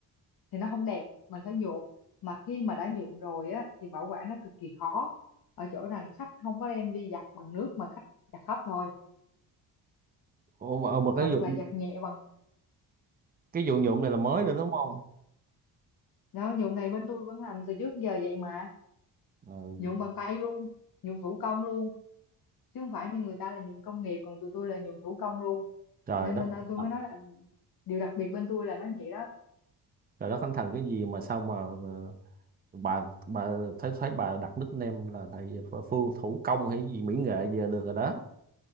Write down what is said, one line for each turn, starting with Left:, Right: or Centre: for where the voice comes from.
Left: thì nó không đẹp mình phải nhuộm mà khi mà đã nhuộm rồi á thì bảo quản nó cực kỳ khó ở chỗ rằng khách không có đem đi giặt bằng nước mà khách giặt khắp thôi
Right: Ồ, mà ờ, mà cái
Left: hoặc
Right: dụng
Left: là giặt nhẹ bằng
Right: cái dụng nhuộm này là mới nữa đúng không
Left: đó nhuộm này bên tôi vẫn làm từ trước giờ vậy mà
Right: Ờ,
Left: nhuộm bằng tay luôn nhuộm thủ công luôn chứ không phải như người ta là nhuộm công nghiệp còn tụi tôi là nhuộm thủ công luôn
Right: trời
Left: nên
Right: đất
Left: bên tôi
Right: ờ,
Left: mới nói là điều đặc biệt bên tôi là nó vậy đó
Right: trời đất thánh thần cái gì mà sao mà ờ, bà bà thấy thấy bà đặt nickname là thầy Phương thủ công hay gì mỹ nghệ gì là được rồi đó